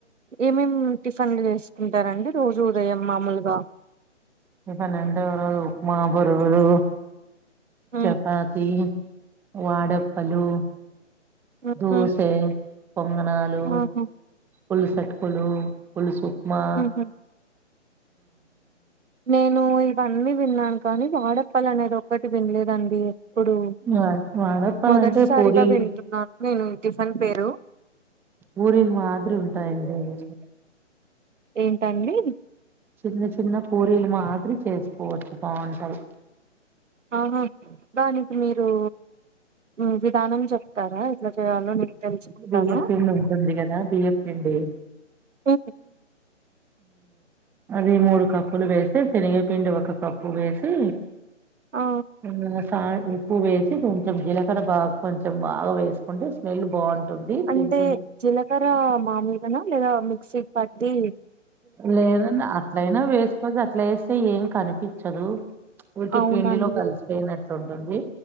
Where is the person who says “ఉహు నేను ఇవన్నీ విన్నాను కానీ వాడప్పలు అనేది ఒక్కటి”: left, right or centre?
Right